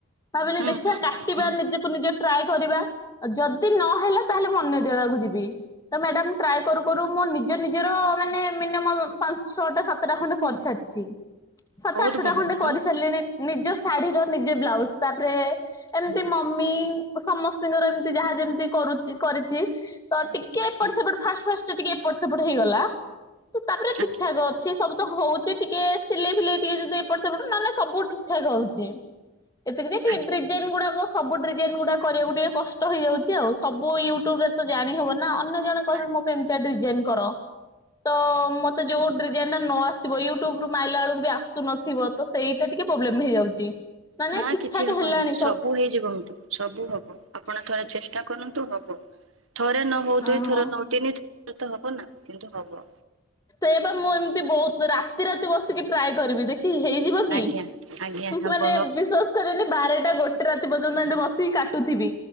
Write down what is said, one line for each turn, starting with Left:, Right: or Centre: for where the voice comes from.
Left: ଭାବିଲି
Right: ହୁଁ
Left: ଦେଖିବା
Right: ହୁଁ
Left: କାଟିବା
Right: ହୁଁ ହୁଁ
Left: ନିଜେ---ନିଜେହିଁ ନିଜେ ଟ୍ରାଏ କରିବା ଯଦି ନହେଲା ତାହେଲେ ମୁନ୍ୟ ଜାଗାକୁ ଯିବି ତ ମ୍ୟାଡାମ ଟ୍ରାଏ କରୁ କରୁ ମୋ ନିଜ ନିଜର ମାନେ ମିନିମମ ପାଞ୍ଚ ଛଅଟା ସାତଟା ଖଣ୍ଡେ କରିସାରିଛି। ଚି ସାତ
Right: ବହୁତ
Left: ଆଠଟା
Right: ଭଲ
Left: ଖଣ୍ଡେ
Right: ମ୍ୟାଡାମ
Left: କରିସାରିଲେଣି। ନିଜ ଶାଢୀର ନିଜ ବ୍ଲାଉଜ ତାପରେ ଏମିତି
Right: ଆଜ୍ଞା।
Left: ମ ମମି ସମସ୍ତତିଙ୍କର ଏମିତି ଯାହା ଯେମିତି କରୁଚି କରିଛି ତ ଟିକେ
Right: ଆଜ୍ଞା
Left: ଏପଟ ସେପଟେ ଫାଷ୍ଟ ଫାଷ୍ଟ ଟିକେ ଏପଟ ସେପଟ ହେଇଗଲା। ତ ତାପରେ
Right: ଆଜ୍ଞା
Left: ଠିକ ଠାକ ଅଛି ସବୁ ତ ହୋଉଚି। ଟିକେ ସିଲେଇ ଫିଲେଇ ଟିକେ ଯଦି ଏପଟ ସେପଟ ନହେଲେ ସବୁ ଠିକ ଠାକ ହୋଉଚି ଏତିକି ଟିକେେ
Right: ଆଜ୍ଞା
Left: ଡିଯାନ୍ ଗୁଡ଼ାକ ସବୁ ଡିଜାଇନ୍ ଗୁଡାକ କରିବାକୁ ଟିକେ କଷ୍ଟ ହେଇଯାଉଛି ଆଉ ସବୁ ୟୁଟ୍ୟୁବରେ ତ ଜାଣିହେବନି ନା ଅନ୍ୟ ଜଣେ କହିବି
Right: ଆଜ୍ଞା।
Left: ମୋ ପାଇଁ ଏମିତି ଡିଜାଇନ କର ତ ମତେ ଯୋଉ ଡିଜାଇନ ଟା ନ ଆସିବ ୟୁଟ୍ୟୁବୁରୁ ମାଇଲା ବେଳକୁ ବି ଆସୁନ ଥିବ ତ ସେଇଟା ଟିକେ ପ୍ରୋବ୍ଲେମ ହେଇଯାଉଛି। ମାନେ
Right: ନା
Left: ଠିକ
Right: କିଛି
Left: ଠାକ
Right: ହବନି
Left: ହେଲାଣି
Right: ସବୁ ହେଇଯିଚି କହନ୍ତୁ। ସବୁ ହବ ଆପଣ ଥରେ ଚେଷ୍ଟା କରନ୍ତୁ ହବ ଥରେ ନହୋଉ
Left: ଓହୋ
Right: ଦୁଇ ଥରେ ନହୋଉ ତିନି ଥର ତ ହବ ନା କିନ୍ତୁ ହବ।
Left: ସେ ବା ମୁଁ ଏମିତି ବୋହୁତ ରାତି ରାତି ବସିକି ଟ୍ରାଏ କରିବି ଦେଖି ହେଇ ଜିବକି
Right: ଆଜ୍ଞା ଆଜ୍ଞା ହବ
Left: ମାନେ
Right: ହବ
Left: ବିସ୍ଵାଆସ କୋଉଚନ୍ତି ବାରଟା ଗୋଟେ ରାତି ପର୍ଯ୍ୟନ୍ତ ଏମିତି ବସିକି କାଟୁଥିବି